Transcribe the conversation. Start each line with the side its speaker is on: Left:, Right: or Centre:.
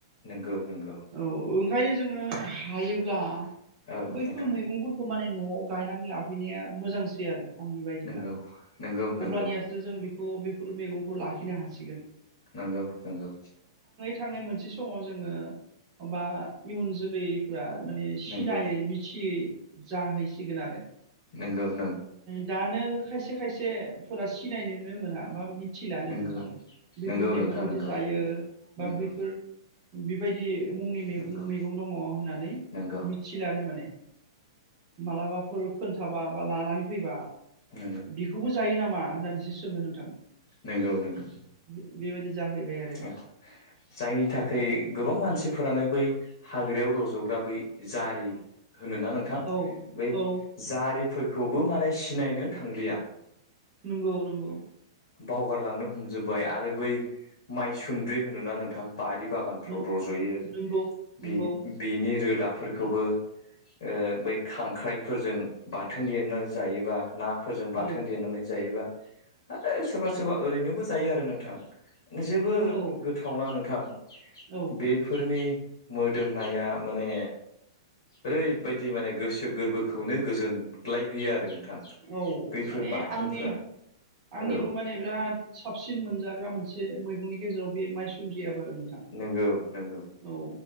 Left: नोंगौ नोंगौ
Right: औ ओंखाय जोङो हायोब्ला
Left: औ
Right: बैफोर
Left: नोंथां
Right: मैगंफोरखौ माने न'आव गायनानै लाफैनाया मोजां आंनि बायदिब्ला
Left: नोंगौ नोंगौ नोंगौ
Right: अब्लानियासो जों बैफोर मेगंखौ खौ लाखिनो हासिगोन।
Left: नंगौ नंगौ।
Right: थांनाय मोनसे समाव जोङो होमबा इयुन जोलैफ्रा माने सिनायै
Left: नोंगौ
Right: मिथियै जाहैसिगोन आरो।
Left: नोंगौ नोंगौ
Right: दानो खायसे खायसेफोरा सिनायनोनो मोना बा मिथि मिथिलानो
Left: नोंगौ
Right: नोंथां बैफोर
Left: नोंगौ
Right: मैगंखौ
Left: नोंथां नोंगौ
Right: जे जायो बा
Left: नोंगौ
Right: बैफोर बिबायदि मुंनि मैगं
Left: नोंगौ
Right: मैगं दङ' होननानै
Left: नोंगौ
Right: मिथिलानो माने मालाबाफोर खोन्थाबा बा लानानै फैबा
Left: नोंगौ
Right: बिखौबो जायो नामा होननानैसो सोङो नोंथां।
Left: नंगौ नंगौ
Right: बे- बेबायदि जाहैबाय आरो
Left: औ जायनि थाखाय गोबां मानसि फोरानो बै हाग्रायाव रज'ग्रा बै जारि होनोना नोंथां
Right: औ
Left: बै
Right: औ
Left: जारिफोरखौबो माने सिनायनोन थांलिया।
Right: नंगौ नंगौ।
Left: बावगारलांनो हमजोबबाय आरो बै माइसुन्द्रि होनोना नोंथां। बारि बागानफ्राव
Right: नों-
Left: रज'यो
Right: नंगौ नंगौ
Left: बिनि बिनि रोदा फोरखौबो ओ बै खांख्राइफोरजों बाथोन देनानै जायोबा ना फोरजों
Right: औ
Left: बाथोन देनानै जायोबा है सोरबा सोरबा ओरैनोबो जायो आरो नोंथां। माने जोबोर
Right: नोंथां औ
Left: गोथावना नोंथां
Right: औ
Left: बेफोरनि मोदोमनाया माने ओरैबायदि माने गोसो गोरबोखौनो गोजोनग्लायहोयो आरो नों थां
Right: औ
Left: बैफोर
Right: माने
Left: बाथोनफोरा।
Right: आंनि आंनिबो
Left: औ
Right: माने बिराद साबसिन मोनजाग्रा मोनसे मैगंनि गेजेराव बे माइसुनद्रि आबाद आरो नोंथां
Left: नंगौ। नंगौ
Right: औ